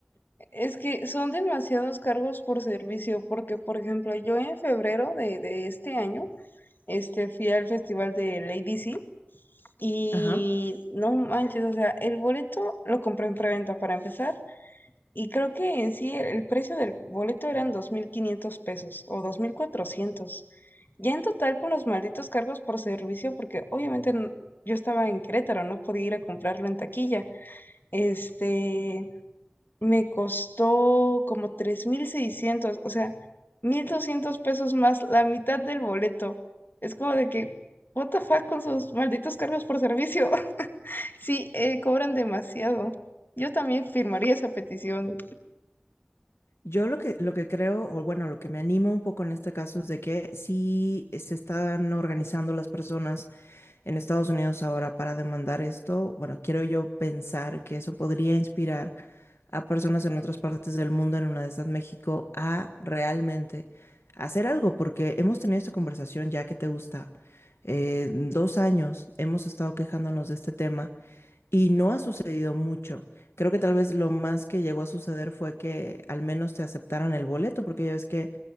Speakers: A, on the left (about 50°); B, on the left (about 80°).
A: Es que son demasiados cargos por servicio, porque por ejemplo, yo en febrero de, de este año, este, fui al festival de Lady C y
B: Ajá.
A: no manches, o sea, el boleto lo compré en preventa para empezar. Y creo que en sí el, el precio del boleto eran 2.500 pesos o dos mil cuatrocientos Ya en total con los malditos cargos por servicio, porque obviamente n- yo estaba en Querétaro, no podía ir a comprarlo en taquilla. Este, me costó como tres mil seiscientos o sea, 1.200 pesos más la mitad del boleto. Es como de que, what the fuck con sus malditos cargos por servicio. <laughs> Sí, eh, cobran demasiado. Yo también firmaría esa petición.
B: Yo lo que, lo que creo, o bueno, lo que me anima un poco en este caso es de que sí se están organizando las personas en Estados Unidos ahora para demandar esto. Bueno, quiero yo pensar que eso podría inspirar a personas en otras partes del mundo, en una de estas México, a realmente hacer algo, porque hemos tenido esta conversación ya que te gusta. eh, dos años hemos estado quejándonos de este tema y no ha sucedido mucho. Creo que tal vez lo más que llegó a suceder fue que al menos te aceptaran el boleto, porque ya ves que